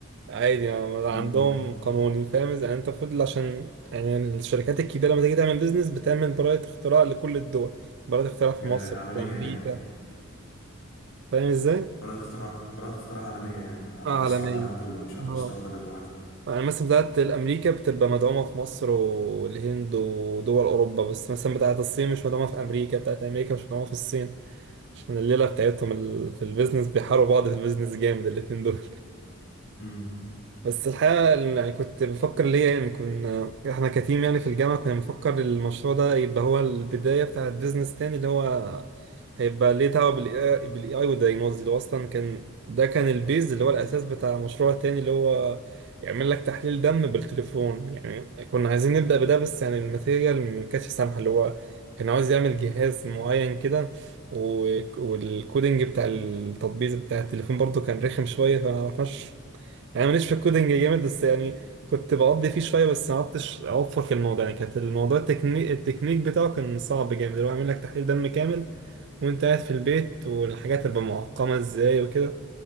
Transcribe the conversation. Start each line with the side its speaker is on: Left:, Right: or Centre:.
Right: عادي يعني عندهم
Left: امم
Right: قانوني فاهم إذا يعني انت المفروض عشان يعني الشركات الكبيره لما تيجي تعمل بيزنس بتعمل براءه اختراع لكل الدول براءه اختراع في
Left: يعني
Right: مصر
Left: عالمية
Right: في امريكا
Left: يعني
Right: فاهم ازاي
Left: براءة اختراع براءة اختراع عالمية يعني على
Right: اه
Left: مستوى
Right: علنيه
Left: العالم كله مش على
Right: اه
Left: مستوى بلد واحدة
Right: يعني مثلا بتاعت الامريكا بتبقى مدعومه في مصر والهند ودول اوروبا بس مثلا بتاعت الصين مش مدعومه في امريكا بتاعت امريكا مش مدعومه في الصين عشان الليله بتاعتهم ال- في البيزنس بيحاربوا بعض في البيزنس جامد الاتنين دول
Left: امم
Right: بس الحقيقة ال- يعني كنت بفكر ليه يعني كنا احنا كتيم يعني في الجامعة كنا بنفكر المشروع ده يبقى هو البداية بتاعة بيزنس تاني اللي هو هيبقى ليه دعوة بالاي بالاي اي والدايجنوز اللي هو اصلا كان ده كان البيز اللي هو الاساس بتاع مشروع تاني اللي هو يعمل لك تحليل دم بالتليفون يعني كنا عايزين نبدأ بده بس يعني الماتيريال ما كانتش سامحة اللي هو كان عاوز يعمل جهاز معين كده و- والكودينج بتاع التطبيق بتاع التليفون برضه كان رخم شوية فما عرفناش يعني ماليش في الكودينج جامد بس يعني كنت بقضي فيه شويه بس ما عرفتش اوفق الموضوع يعني كانت الموضوع التكنيك التكنيك بتاعه كان صعب جامد اللي هو عامل لك تحليل دم كامل وانت قاعد في البيت والحاجات تبقى معقمه ازاي وكده